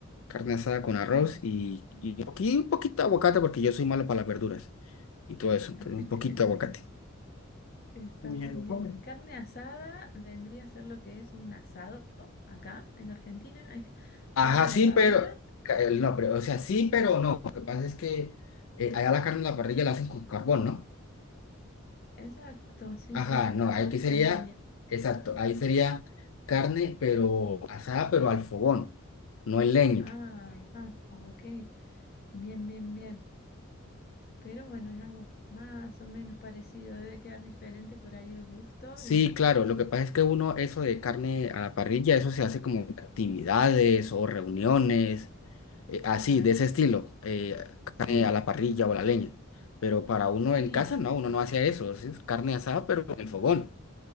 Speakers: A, on the left (about 70°); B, on the left (about 50°).
A: Carne asada con
B: Mm,
A: arroz y,
B: rico.
A: y un poqui- un poquito de aguacate porque yo soy malo para las verduras y todo eso. Entonces,
B: <laughs>
A: un poquito de aguacate.
B: Está
A: Ni
B: muy
A: él lo
B: bien.
A: come.
B: Carne asada vendría a ser lo que es un asado acá en Argentina. Es
A: Ajá,
B: carne a
A: sí,
B: la parrilla.
A: pero... ca- el- No, pero, o sea, sí, pero no. Lo que pasa es que eh, allá la carne en la parrilla la hacen con carbón, ¿no?
B: Exacto, sí,
A: Ajá,
B: sí, con
A: no,
B: carbón
A: ahí que
B: y
A: sería,
B: con leña.
A: exacto, ahí sería carne, pero asada, pero al fogón, no en leña.
B: Ah, ah, ok. Bien, bien, bien. Pero bueno, es algo más o menos parecido. Debe quedar diferente por ahí el gusto
A: Sí,
B: y
A: claro, lo que pasa es que uno, eso de carne a la parrilla, eso se hace como actividades o reuniones, eh, así,
B: claro.
A: de ese estilo, eh, carne
B: Sí,
A: a la parrilla o a la leña. Pero para uno
B: sí.
A: en casa, no, uno no hace eso, sí, es carne asada, pero en el fogón.